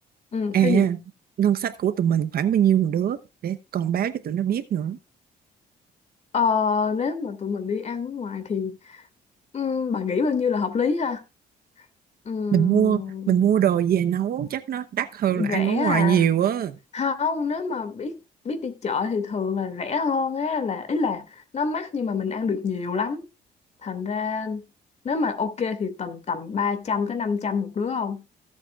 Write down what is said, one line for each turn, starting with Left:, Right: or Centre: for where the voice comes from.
Left: ừ,
Right: À,
Left: cái gì
Right: ngân sách của tụi mình khoảng bao nhiêu một đứa để còn báo cho tụi nó biết nữa.
Left: ờ, nếu mà tụi mình đi ăn ở ngoài thì ừm, bà nghĩ bao nhiêu là hợp lý ha Ừm,
Right: Mình mua mình mua đồ về nấu chắc nó đắt hơn là ăn
Left: rẻ
Right: ở ngoài
Left: à
Right: nhiều á.
Left: không nếu mà biết biết đi chợ thì thường là rẻ hơn á là ý là nó mắc nhưng mà mình ăn được nhiều lắm thành ra nếu mà ok thì tầm tầm 300 tới 500 một đứa không